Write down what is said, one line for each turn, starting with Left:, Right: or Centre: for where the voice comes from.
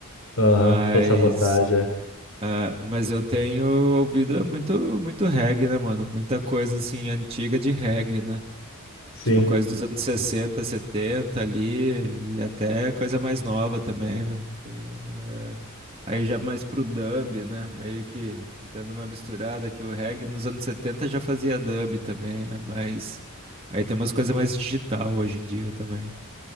Left: Aham.
Right: Mas,
Left: Pô, sabotagem. é.
Right: ah, mas eu tenho ouvido muito, muito reggae, né, mano? Muita coisa, assim, antiga de reggae, né?
Left: Sim,
Right: Tipo, coisa dos anos 60, 70 ali, e até coisa mais nova também, né? Tá ligado? É, Aí já mais pro dub, né? Meio que dando uma misturada, que o reggae nos anos 70 já fazia dub também, né? Mas aí tem umas coisas mais digital hoje em dia também.